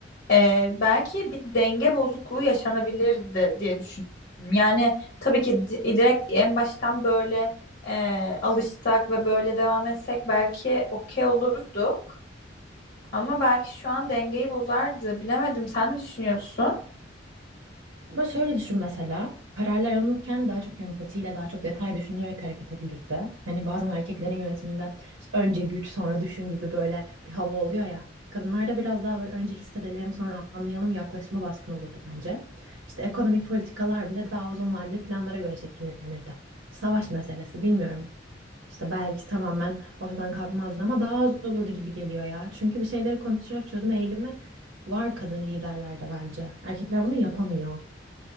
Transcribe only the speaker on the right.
Ama şöyle düşün mesela. Kararlar alınırken daha çok empatiyle, daha çok detay düşünülerek hareket edilirdi. Hani bazen erkeklerin yönetiminde işte önce güç sonra düşün gibi böyle bir hava oluyor ya. Kadınlarda biraz daha böyle önce hissedelim sonra anlayalım yaklaşımı baskın olurdu bence. İşte ekonomik politikalar bile daha uzun vadeli planlara göre şekillenirdi. Savaş meselesi bilmiyorum. İşte belki tamamen ortadan kalkmazdı ama daha az olurdu gibi geliyor ya. Çünkü bir şeyleri konuşarak çözüm eğilimi var kadın liderlerde bence. Erkekler bunu yapamıyor.